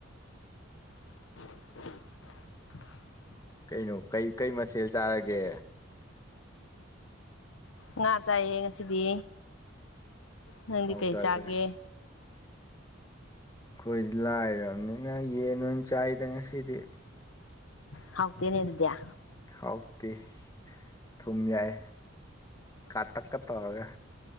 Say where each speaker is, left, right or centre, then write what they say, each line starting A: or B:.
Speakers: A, on the left; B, on the left.
A: <unintelligible>
B: ꯀꯩꯅꯣ ꯀꯩ ꯀꯩ ꯃꯊꯦꯜ ꯆꯥꯔꯒꯦ
A: ꯉꯥ ꯆꯥꯏꯌꯦ ꯉꯁꯤꯗꯤ ꯅꯪꯗꯤ
B: ꯍꯥꯎꯊꯈ꯭ꯔꯦ
A: ꯀꯩ ꯆꯥꯒꯦ
B: ꯑꯩꯈꯣꯏꯗꯤ ꯂꯥꯏꯔꯕꯅꯤꯅ ꯌꯦꯟ ꯑꯣꯏꯅ ꯆꯥꯏꯗ ꯉꯁꯤꯗꯤ
A: ꯍꯥꯎꯇꯦꯅꯦꯗꯌꯥ
B: ꯍꯥꯎꯇꯤ ꯊꯨꯝ ꯌꯥꯏ ꯀꯥ ꯇꯛꯀ ꯇꯧꯔꯒ